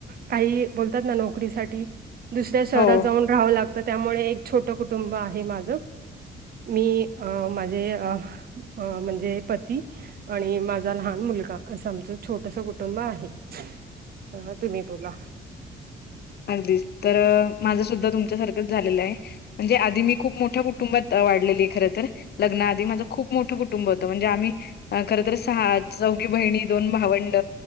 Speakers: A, on the right; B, on the left.
A: काही बोलतात ना नोकरीसाठी दुसऱ्या शहरात
B: हो
A: जाऊन राहाव लागतं त्यामुळे एक छोटं कुटुंब आहे माझं. मी अ माझे अ अ म्हणजे पती आणि माझा लहान मुलगा असं आमचं छोटस कुटुंब आहे. बाबा तुम्ही तुला
B: अगदीस तर माझं सुद्धा तुमच्यासारखंच झालेलं हे. म्हणजे आधी मी खूप मोठ्या कुटुंबात वाढलेली हे खर तर लग्न आधी माझं खूप मोठं कुटुंब होतं म्हणजे आम्ही अ खरंतर सहा चौघी बहिणी दोन भावंड.